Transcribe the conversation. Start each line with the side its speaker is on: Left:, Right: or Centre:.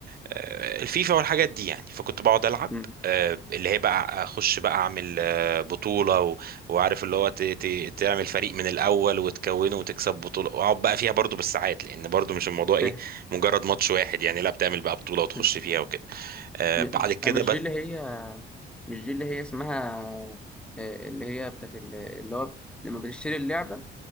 Right: آه، الفيفا والحاجات دي يعني فكنت بقعد العب
Centre: امم
Right: آه، اللي هي بقى اخش بقى اعمل آه، بطوله و- وعارف اللي هو ت- ت- تعمل فريق من الاول وتكونه وتكسب بطوله واقعد بقى فيها برضو بالساعات لان برضو مش الموضوع ايه
Centre: فاهم
Right: مجرد ماتش واحد يعني لا بتعمل بقى بطوله وتخش
Centre: مم.
Right: فيها وكده آه،
Centre: م-
Right: بعد كده
Centre: آه، مش
Right: بس
Centre: دي اللي هي مش دي اللي هي اسمها آه، اللي هي بتاعت ال- اللي هو لما بتشتري اللعبة